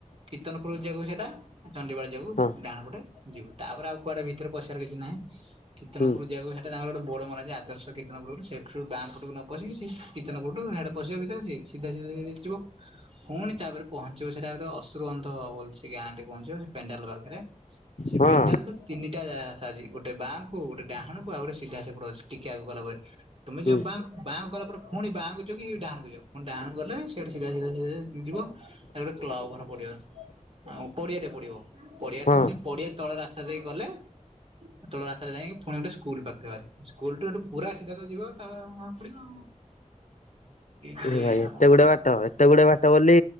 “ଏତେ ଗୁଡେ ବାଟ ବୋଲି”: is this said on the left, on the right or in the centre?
Left